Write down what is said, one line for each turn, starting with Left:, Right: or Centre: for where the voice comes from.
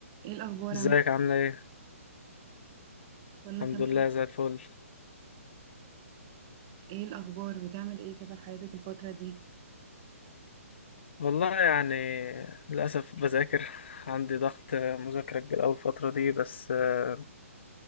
Right: ايه الاخبار
Left: ازيك
Right: عامل ايه
Left: عاملة ايه؟
Right: كله
Left: الحمد
Right: تمام
Left: لله زي الفل
Right: ايه الاخبار بتعمل ايه كده في حياتك الفتره دي
Left: والله يعني للأسف بذاكر عندي ضغط مذاكرة كبير أوي الفترة دي بس آه،